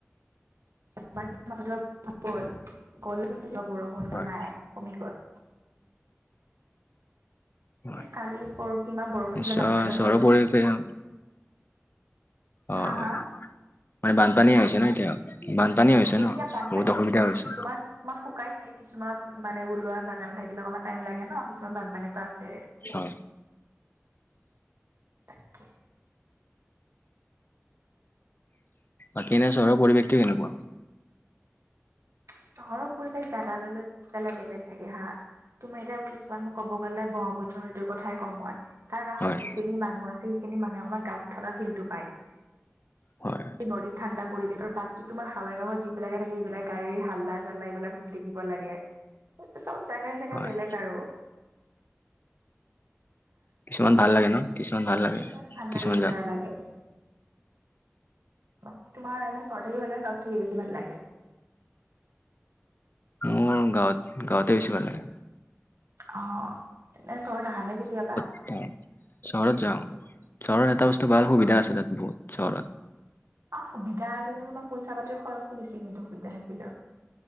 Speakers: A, on the right (about 75°); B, on the left (about 45°).
A: এবাৰ দুবাৰ মাজতে বৰষুণ গ'ল। গ'ল কিন্তু এতিয়া বৰষুণটো
B: হয়
A: নাই কমি গ'ল।
B: হয়,
A: এ কালি পৰহি ইমান বৰষুণ
B: নিশ্চয়
A: দিলে বানপানী হৈ
B: চহৰৰ
A: গ'ল
B: পৰিৱেশ বেয়া। অঁ,
A: হা
B: হয়।
A: হা
B: মানে বানপানী আহিছে নে কি আৰু? বানপানী হৈছে
A: এতিয়া
B: ন'?
A: বানপানী
B: বহুত অসুবিধা হৈছে।
A: তোমাৰ কিছুমান শুকাইছে, কিছুমান মানে ওলোৱা জাগা নাথাকিলে অকণমান টাইম লাগে ন'? কিছুমান বানপানী ত ' আছে।
B: অঁ।
A: তাকে।
B: বাকী এনে চহৰৰ পৰিৱেশটো কেনেকুৱা?
A: চহৰৰ পৰিৱেশ জোগা লৈ লৈ বেলেগ বেলেগ থাকে হাঁ। তোমাৰ এতিয়া কিছুমান ক'ব গ'লে ব্ৰহ্মপুত্ৰ নদীৰ কথাই কওঁ মই। তাৰ কাষত
B: হয়
A: যিখিনি মানুহ আছে সেইখিনি মানুহে অকমান গাঁৱত থকা ফিল্টো পায়।
B: হয়
A: নদী ঠাণ্ডা পৰিৱেশ আৰু বাকী তোমাৰ হাইৱেৰৰ ঘৰত যিবিলাকে থাকে সেইবিলাক গাড়ীৰ হাল্লা- চাল্লা এইবিলাক শুনি থাকিব লাগে। চব জেগাই জেগাই
B: হয়
A: বেলেগ আৰু।
B: কিছুমান ভাল লাগে ন'? কিছুমান ভাল লাগে।
A: কিছুমান ভাল
B: কিছুমান
A: লাগে
B: জেগা
A: বেয়া লাগে। বাকী তোমাৰ এনে চহৰত থাকি ভাল লাগে নে, গাঁৱত থাকি বেছি ভাল লাগে?
B: মোৰ গাঁৱত গাঁৱতে বেছি ভাল লাগে।
A: অঁ এনে চহৰত আহানে কেতিয়াবা?
B: এ - চহৰত যাওঁ। চহৰত এটা বস্তু ভাল সুবিধা আছে তাত বহু চহৰত।
A: অহ্, সুবিধা আছে যেনিবা পইচা-পাতি খৰচটো বেছি কিন্তু সুবিধা থাকিলেও।